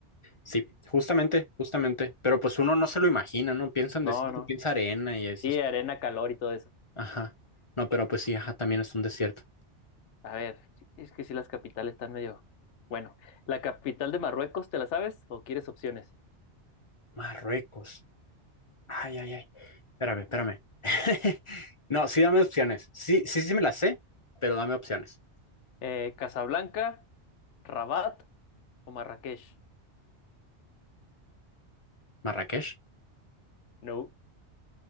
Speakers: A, on the left; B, on the left.
A: Sí, justamente, justamente. Pero pues uno no se lo imagina, ¿no? Piensa en
B: No,
A: desierto,
B: no.
A: piensa arena y esas.
B: Sí, arena, calor y todo eso
A: Ajá. No, pero pues sí, ajá, también es un desierto.
B: A ver, es que si las capitales están medio... Bueno, ¿la capital de Marruecos te la sabes o quieres opciones?
A: Marruecos. Ay, ay, ay. Espérame, espérame. <laughs> No, sí dame opciones. Sí, sí, sí me las sé, pero dame opciones.
B: Eh, ¿Casablanca, Rabat o Marrakech?
A: ¿Marrakech?
B: No,